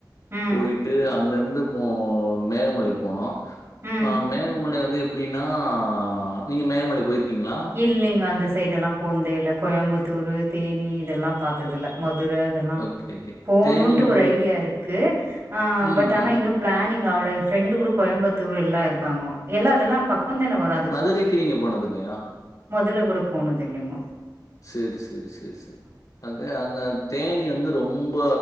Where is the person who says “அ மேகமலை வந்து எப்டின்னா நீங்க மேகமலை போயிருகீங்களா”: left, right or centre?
Left